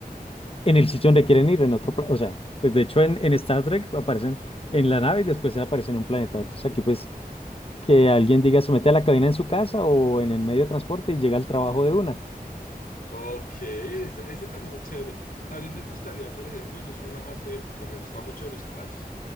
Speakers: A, on the left; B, on the left.
A: en el sitio donde quieren ir, en otro, planeta. o sea, pues de hecho en, en Star Trek aparecen en la nave y después aparecen en un planeta. Entonces aquí pues que alguien diga se mete a la cabina en su casa o en el medio de transporte y llega al trabajo de una.
B: Ok, ese, ese también es chévere. También me gustaría, por ejemplo, yo soy un amante o me gusta mucho de los caballos.